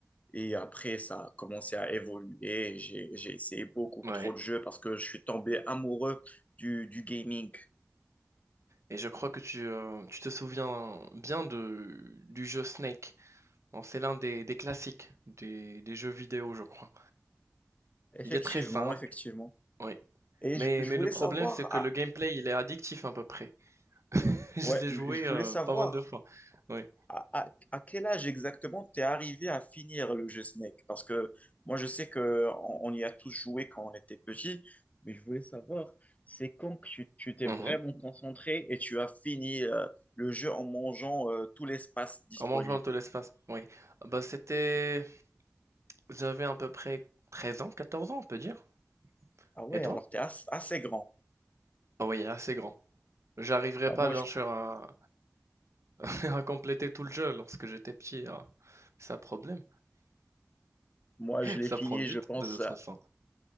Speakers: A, on the left; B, on the right.
A: Et après, ça a commencé à évoluer. J'ai, j'ai essayé beaucoup
B: oui.
A: trop de jeux parce que je suis tombé amoureux du, du gaming.
B: Et je crois que tu, euh, tu te souviens bien de, du jeu Snake. Bon, c'est l'un des, des classiques des, des jeux vidéo, je crois.
A: Effectivement,
B: Il est très simple,
A: effectivement.
B: oui.
A: Et
B: Mais,
A: je, je
B: mais
A: voulais
B: le problème,
A: savoir,
B: c'est que
A: ah,
B: le gameplay, il est addictif à peu près. <laughs> Je
A: ouais,
B: l'ai
A: mais
B: joué
A: je voulais
B: euh,
A: savoir
B: pas mal de fois. Oui.
A: à, à- à quel âge exactement t'es arrivé à finir le jeu Snake? Parce que moi, je sais que on, on y a tous joué quand on était petit, mais je voulais savoir, c'est quand que tu tu t'es
B: Mhm.
A: vraiment concentré et tu as fini euh, le jeu en mangeant euh, tout l'espace disponible?
B: En mangeant tout l'espace. Oui. Ah Bah, c'était... J'avais à peu près 13 ans, 14 ans, on peut dire.
A: Ah ouais,
B: Et toi?
A: alors t'es as- assez grand.
B: Ah oui, assez grand. J'arriverai
A: Bah
B: pas,
A: moi,
B: bien
A: je,
B: sûr, à, <laughs> à compléter tout le jeu lorsque j'étais petit. hein. C'est un problème.
A: moi, je l'ai
B: Ça
A: fini,
B: prend du
A: je
B: temps
A: pense,
B: de toute façon.